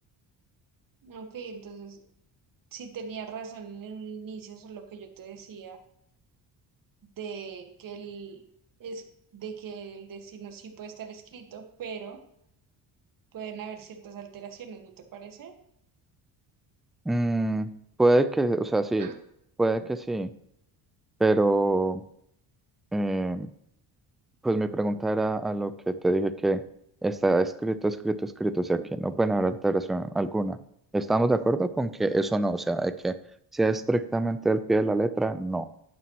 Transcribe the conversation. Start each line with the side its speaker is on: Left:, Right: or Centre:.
Right: ok, entonces, sí tenía razón en un inicio sobre lo que yo te decía, de que el, es, de que el destino sí puede estar escrito, pero pueden haber ciertas alteraciones, ¿no te parece?
Centre: Mm, puede que, o sea, sí,
Right: Sí.
Centre: puede que sí, pero... em, Pues mi pregunta era a lo que te dije que está escrito, escrito, escrito, o sea, que no pueden haber alteración alguna. ¿Estamos de acuerdo con que eso no, o sea, de que sea estrictamente al pie de la letra, no,